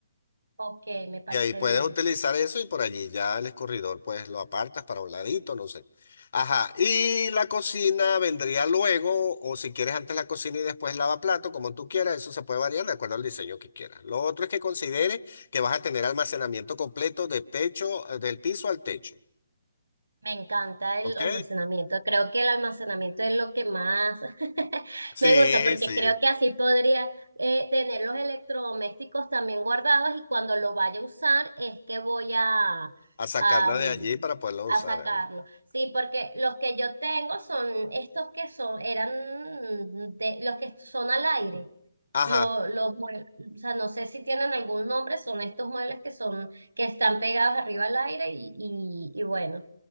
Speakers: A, on the right; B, on the left.
A: Ok, me parece
B: Y ahí puedes
A: bien.
B: utilizar eso y por allí ya el escurridor pues lo apartas para un ladito, no sé. Ajá, y la cocina vendría luego o si quieres antes la cocina y después lava como tú quieras, eso se puede variar de acuerdo al diseño que quieras. Lo otro es que consideres que vas a tener almacenamiento completo de techo, eh, del piso al techo,
A: Me encanta
B: ¿ok?
A: el almacenamiento. Creo que el almacenamiento es lo que más <laughs>
B: Sí,
A: me gusta porque
B: sí.
A: creo que así podría eh, tener los electrodomésticos también guardados y cuando lo vaya a usar es que voy a,
B: A sacarla
A: a, mm,
B: de allí para poderla usar.
A: a sacarlo.
B: eh.
A: Sí, porque los que yo tengo son estos que son, eran mm, de, los que son al aire.
B: Ajá,
A: Lo- los mue- o sea, no sé si tienen algún nombre, son estos muebles que son, que están pegados arriba al aire y, y y bueno.